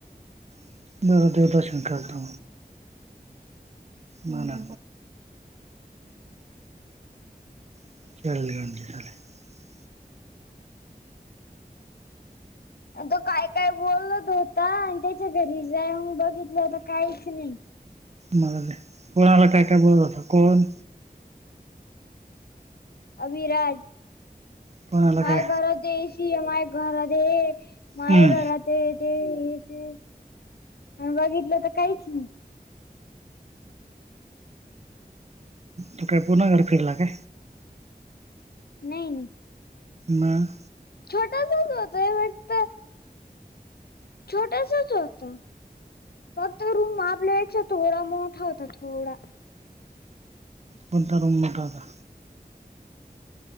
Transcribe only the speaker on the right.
<unintelligible> देव दर्शन करता. मला <unintelligible>
मला कोणाला काय काय बोलत होता कोण.
कोणाला
काय
हम्म
तु काय पुर घरी फिरला का?
मग
पण दारम मठाता